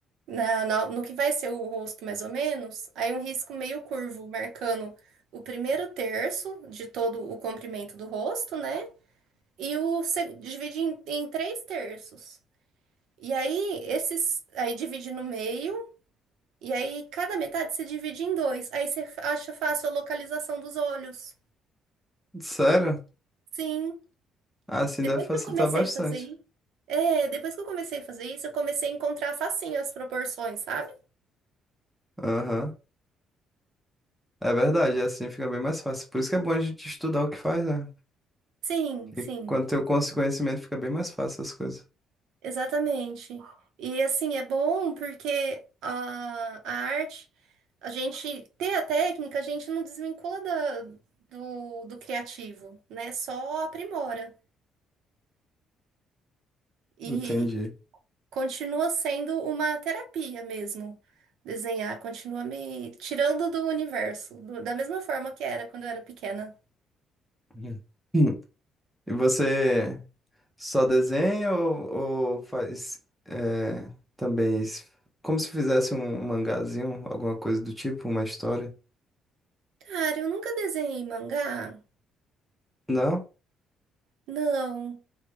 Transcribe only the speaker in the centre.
Sério?
Ah, Assim
deve facilitar
bastante.
Aham. É verdade, assim fica bem mais fácil. Por isso que é bom a gente estudar o que faz, né?
E quando tem o cons- conhecimento, fica bem mais fácil as coisas.
Entendi.
Uhum. Hum. E você só desenha ou, ou faz é, também es- como se fizesse um mangazinho, alguma coisa do tipo, uma história?
Não?